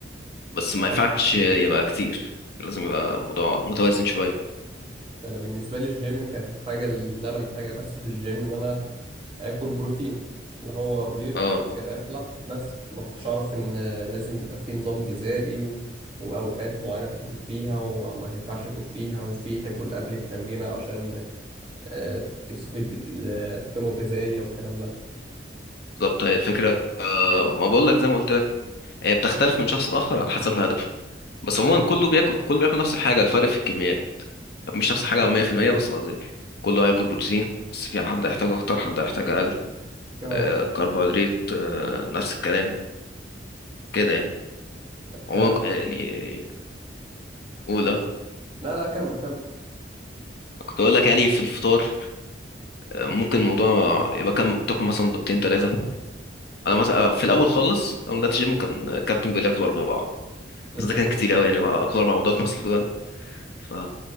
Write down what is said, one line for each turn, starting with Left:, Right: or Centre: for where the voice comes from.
Left: بس
Right: اه
Left: ما ينفعش يبقى كتير لازم يبقى موضوع متوازن شوية
Right: ده انا بالنسبه لي الجيم كانت الحاجه اللي انا محتاجها بس في الجيم ان انا اكل بروتين اللي هو بيض
Left: اه
Right: فراخ لحم بس ما كنتش اعرف ان لازم يبقى في نظام غذائي و... واوقات معينه بتاكل فيها وما ينفعش تاكل فيها وفي تاكل قبل التمرين عشان آه، تستفيد بالقيمه الغذائيه والكلام ده
Left: بالظبط هي الفكرة آه، ما بقول لك زي ما قلت لك هي بتختلف من شخص لآخر على حسب الهدف بس عموما
Right: امم
Left: كله بياكل كله بياكل نفس الحاجة الفرق في الكميات مش نفس الحاجة 100% بس قصدي كله هياكل بروتين بس في حد هيحتاج أكتر حد هيحتاج أقل
Right: اه
Left: آه، كربوهيدرات آه، نفس الكلام كده يعني عموما
Right: كلام
Left: يعني أولى
Right: لا لا كمل كمل
Left: كنت أقول لك يعني في الفطار آه، ممكن الموضوع يبقى كام تاكل مثلا بيضتين تلاتة أنا مثلا آه، في الأول خالص أول ما بدأت جيم كان الكابتن بيقول لي آكل أربعة
Right: انت
Left: بس ده كان
Right: كنت
Left: كتير أوي يعني بقى آكل أربع بيضات مسلوقة ف...